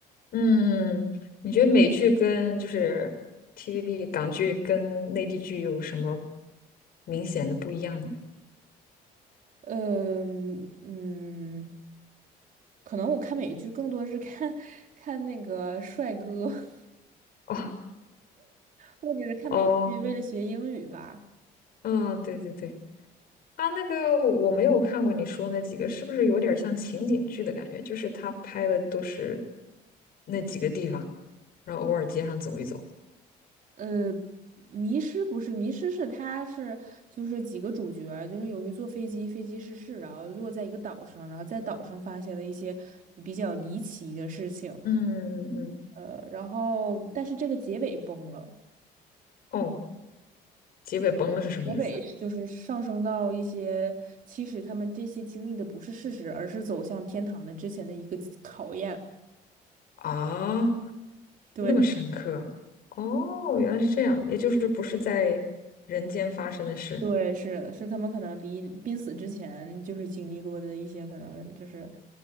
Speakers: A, on the left; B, on the right.
A: 嗯，嗯你觉得美剧跟就是 TVB 港剧跟内地剧有什么明显的不一样呢？
B: 嗯嗯，可能我看美剧更多是看 <laughs> 看那个帅哥，<laughs>
A: 哦
B: 或者是看美剧为了学英语吧。
A: 哦，嗯，对对对，它那个我没有看过你说那几个，是不是有点像情景剧的感觉？就是他拍的都是那几个地方，然后偶尔街上走一走。
B: 呃，迷失不是迷失，是他是就是几个主角儿就是由于坐飞机，飞机失事，然后落在一个岛上，然后在岛上发现了一些比较离奇的事情，
A: 嗯嗯
B: 呃，然后但是这个结尾崩了，
A: 哦，结尾崩了是什么意思
B: 结尾是就是上升到一些其实他们这些经历的不是事实，而是走向天堂的之前的一个考验，
A: 啊？啊，
B: 对。
A: 那么深刻。哦，原来是这样，也就是不是在人间发生的事。
B: 对，是是他们可能离濒死之前就是经历过的一些，可能就是